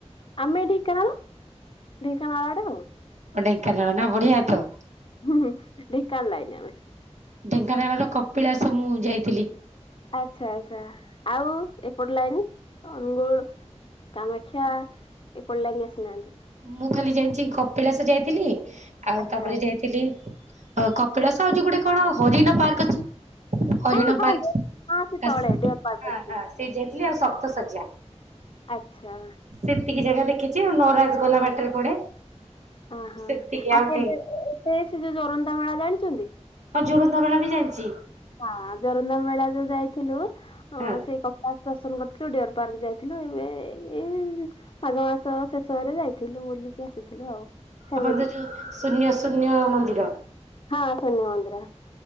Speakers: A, on the left; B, on the right.
A: ଆମେ ଢ଼େଙ୍କାନାଳ ଢେଙ୍କାନାଳ ଆଡେ ଆଉ।
B: କଅଁ ଢେଙ୍କାନାଳ ନା ବଢିଆ ତ।
A: ହୁଁ ଢେଙ୍କାନାଳ ଲାଇନ ଆମେ।
B: ଢେଙ୍କାନାଳ ର କପିଳାସ ମୁଁ ଯାଇଥିଲି।
A: ଆଚ୍ଛା ଆଛା ଆଉ ଏପଟ ଲାଗନି ଅନୁଗୁଳ? କାମାକ୍ଷା ଏପଟ ଲାଇନ ଆସିନାହାନ୍ତି?
B: ମୁଁ ଖାଲି ଯାଇଛି କପିଳାସ ଯାଇଥିଲି ଆଉ
A: ଆଚ୍ଛା
B: ତାପରେ ଯାଇଥିଲି ଥିଲିକପିଳା ଯୋଉ ଗୋଟେ କଣ ହରିଣ ପାର୍କ ଅଛି? ହରିଣ
A: ହଁ ହଁ
B: ପାର୍କ
A: ଡେ- ହଁ ସେ ତଳେ
B: ସେ
A: ଡିଅର ପାର୍କ ଅଛି
B: ଯାଇଥିଲି ଆଉ ସପ୍ତ ସଯ୍ୟା।
A: ଆଚ୍ଛା।।
B: ଏତିକି ଜାଗା ଦେଖିଛି ନରାଜଗଲା ବାଟରେ ପଡେ।
A: ଅହୋ
B: ସେତିକି
A: ଆଉ କେବେ
B: ଢେ
A: ଏବେ ସେ ଯୋଉ ଜୋରନ୍ଦା ମେଳା ଜାଣିଚନ୍ତି?
B: ହଁ ଯୋରନ୍ଦା ମେଳା ବି ଜାଇଛି।
A: ହଁ ଯୋରନ୍ଦା ମେଳା ଯୋଉ ଯାଇଥିଲୁ
B: ହଁ
A: ସେ କ ଦର୍ଶନ କରିଥିଲୁ ଡିଅର ପାର୍କ ଯାଇଥିଲୁ ଏବେ ଏଇ ମାଘ ମାସ ଶେଷରେ ଯାଇଥିଲୁ ବୁଲିକି ଆସିଥିଲୁ ଆଉ। ଫ୍ୟାମିଲି
B: ଆପଣ ତ ଯୋଉ ଶୂନ୍ୟ ଶୂନ୍ୟ ମନ୍ଦିର।
A: ହଁ ଶୂନ୍ୟ ମନ୍ଦିର।